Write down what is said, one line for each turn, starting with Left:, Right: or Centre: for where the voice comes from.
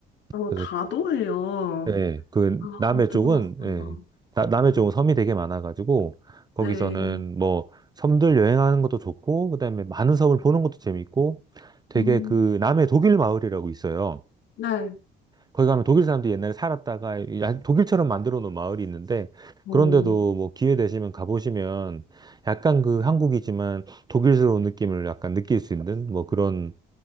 Left: 어,
Right: 그래서
Left: 다도해요.
Right: 예, 그
Left: 아,
Right: 남해
Left: 들어봤어요.
Right: 쪽은 예, 나- 남해 쪽은 섬이 되게 많아가지고 거기서는
Left: 네.
Right: 뭐 섬들 여행하는 것도 좋고 그다음에 많은 섬을 보는 것도 재밌고 되게
Left: 음,
Right: 그 남해 독일 마을이라고 있어요.
Left: 네.
Right: 거기 가면 독일 사람들이 옛날에 살았다가 이 야- 독일처럼 만들어 놓은 마을이 있는데
Left: 오,
Right: 그런데도 뭐 기회 되시면 가보시면 약간 그 한국이지만 독일스러운 느낌을 약간 느낄 수 있는 뭐 그런